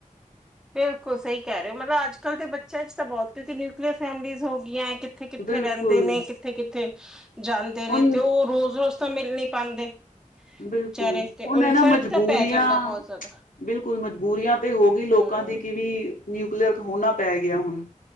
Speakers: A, in the centre; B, on the left.
A: ਬਿਲਕੁਲ ਸਹੀ ਕਹਿ ਰਹੇ ਹੋ ਮਤਲਬ ਅੱਜ ਕੱਲ੍ਹ ਦੇ ਬੱਚਿਆਂ ਚ ਤਾਂ ਬਹੁਤ ਕਿਉਂਕਿ ਨਿਊਕਲੀਅਰ ਫੈਮਿਲੀਜ਼ ਹੋ ਗਈਆਂ ਹੈ। ਕਿੱਥੇ ਕਿੱਥੇ
B: ਬਿਲਕੁਲ
A: ਰਹਿੰਦੇ ਨੇ ਕਿੱਥੇ ਕਿੱਥੇ ਜਾਂਦੇ
B: ਹੁਣ
A: ਨੇ ਤੇ ਉਹ ਰੋਜ਼ ਰੋਜ਼, ਮਿਲ ਨੀ ਪਾਉਂਦੇ
B: ਬਿਲਕੁਲ
A: ਵਿਚਾਰੇ ਤੇ
B: ਹੁਣ
A: ਉਹਨੂੰ
B: ਇਹ ਨਾ
A: ਫ਼ਰਕ
B: ਮਜਬੂਰੀਆਂ
A: ਤਾਂ ਪੈ ਜਾਂਦਾ ਬਹੁਤ ਜ਼ਿਆਦਾ
B: ਬਿਲਕੁਲ ਮਜਬੂਰੀਆਂ ਤੇ ਹੋ ਗਈ ਲੋਕਾਂ
A: ਹਮ
B: ਦੀ ਕਿ ਵੀ ਨਿਊਕਲੀਅਰ ਹੋਣਾ ਪੈ ਗਿਆ ਹੁਣ